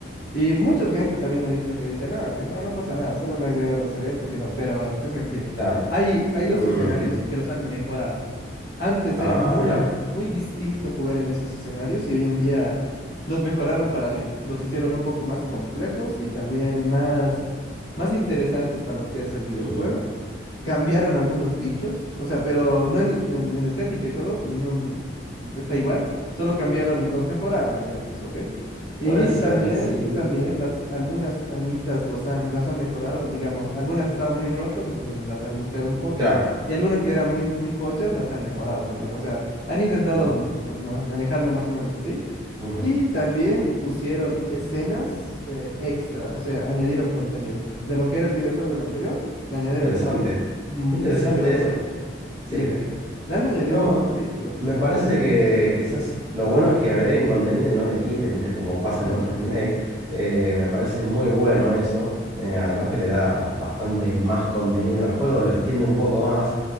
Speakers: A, on the left; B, on the right.
A: Y mucha gente también he visto que dice, no, es que no, no pasa nada, solo le agrego los eventos y no, pero es mentira.
B: Claro.
A: Hay, hay
B: Ujú,
A: dos escenarios que los han mejorado. Antes
B: Ah,
A: era muy,
B: mira.
A: muy distinto jugar en esos escenarios y hoy en día los mejoraron para bien. Los hicieron un poco más complejos y también más, más interesantes para lo que es el videojuego.
B: ujú,
A: Cambiaron algunos bichos, o sea, pero no en, en, en la estética y todo, no, en- está igual. Solo cambiaron, los mejoraron, digamos, ¿ok? Y
B: Puede ser,
A: también,
B: sí.
A: también las, algunas armitas los han, las han mejorado, digamos, algunas estaban muy rotas, entonces las han nerfeado un poco.
B: Claro.
A: Y algunas que eran muy, muy pochas las han mejorado también. O sea, han intentado
B: ujú.
A: mm, ma- manejarlo más o menos así.
B: Ujú.
A: Y también pusieron escenas eh, extra. O sea, añadieron contenido. De lo que era el videojuego el anterior, le añadieron
B: Interesante.
A: contenido. Mm,
B: Interesante
A: qué sé yo.
B: eso. Sí.
A: tú Dime, dime. Le han añadido
B: No,
A: como un capítulo, quizá.
B: me parece que quizás lo bueno es que agreguen contenido y no le quiten, ¿viste? Como pasa
A: Sí,
B: en otros remakes. me parece muy bueno eso. eh, además que le da ba- bastante más contenido al juego, lo extiende un poco más.